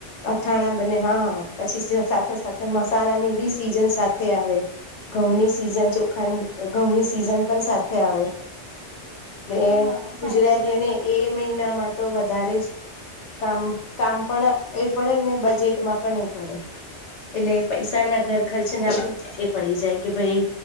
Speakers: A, on the left; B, on the right.
A: અથાણા બને હા પછી સાથે સાથે મસાલાની બી સીઝન સાથે આવે ઘઉંની સીઝન ચોખાની ઘઉંની સીઝન પણ સાથે આવે. એટલે
B: હા
A: ગુજરાતીઓને
B: સાચી વાત છે.
A: એ મહિનામાં તો વધારે જ કામ કામ પણ એ પડે ને બજેટમાં પણ એ પડે એટલે પૈસાના ઘર ખર્ચ ના બી એ પડી જાય કે ભઈ